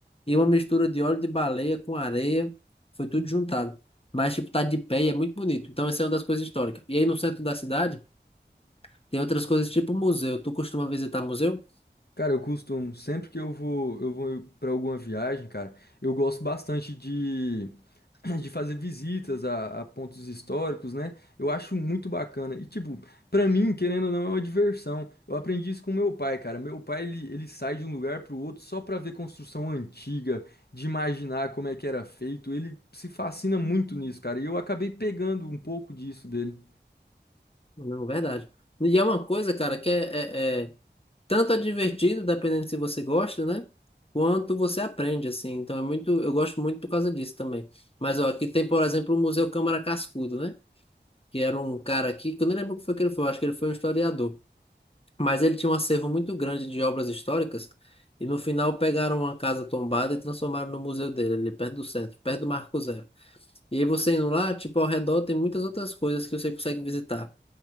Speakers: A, on the left (about 30°); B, on the left (about 60°).
A: e uma mistura de óleo de baleia com areia. Foi tudo juntado. Mas, tipo, tá de pé e é muito bonito. Então, essa é uma das coisas históricas. E aí, no centro da cidade, tem outras coisas tipo museu. Tu costuma visitar museu?
B: Cara, eu costumo, sempre que eu vou, eu vou para alguma viagem, cara, eu gosto bastante de, <clears throat> de fazer visitas a, a pontos históricos, né? Eu acho muito bacana. E, tipo, pra mim, querendo ou não, é uma diversão. Eu aprendi isso com meu pai, cara. Meu pai, ele, ele sai de um lugar pro outro só pra ver construção antiga, de imaginar como é que era feito. Ele se fascina muito nisso, cara. E eu acabei pegando um pouco disso dele.
A: Não, verdade. E é uma coisa, cara, que é, é- é- tanto é divertido, dependendo se você gosta, né? Quanto você aprende, assim. Então é muito, eu gosto muito por causa disso também. Mas ó, aqui tem, por exemplo, o Museu Câmara Cascudo, né? Que era um cara aqui, que eu nem lembro o que foi que ele foi, eu acho que ele foi um historiador. Mas ele tinha um acervo muito grande de obras históricas, e no final pegaram uma casa tombada e transformaram no museu dele, ali perto do centro, perto do Marco Zero. E aí você indo lá, tipo, ao redor tem muitas outras coisas que você consegue visitar.